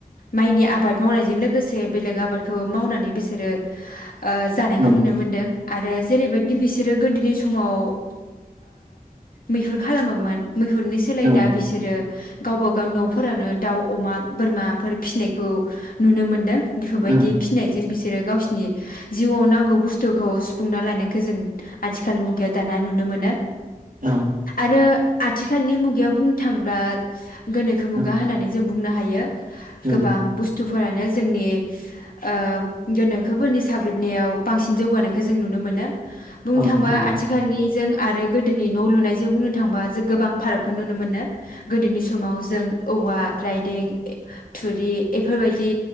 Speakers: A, on the left; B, on the right.
A: माइनि आबाद मावनायजों लोगोसे बेलेग आबादखौबो मावनानै बिसोरो ओ जानायखौ
B: औ
A: नुनो मोनदों आरो जेरै बेबायदि बिसोरो गोदोनि समाव ओ मैहुर खालामोमोन मैहुरनि सोलाय
B: औ
A: दा बिसोरो गावबागाव न'फोरानो दाउ अमा बोरमाफोर फिसिनायखौ नुनो मोनदों। बेफोरबायदि
B: औ
A: फिनायजों बिसो सोरो गावसिनि जिउआव नांगौ बुस्थुखौ सुफुंनानै लानाय खौ जों आथिखाल मुगायाव दाना नुनो मोनो।
B: औ।
A: रो आथिखालनि मुगायाव बुंनो थांब्ला गोनोखो मुगा
B: उम
A: होननानै जों बुंनो हायो।
B: उम
A: गोबां बुस स्थुफोरानो जोंनि ओ गोनोखोफोरनि साग्लोबनायाव बांसिन जौगानायखौ जों नुनो मोनो। बुंनो
B: औ
A: थांबा
B: नंगौ
A: आथिखालनि जों आरो गोदोनि न' लुनायजों बुंनो थांबा जों गोबां फारागखौ नुनो मोनो गोदोनि समाव जों औवा रायदें ए थुरि एफोरबायदि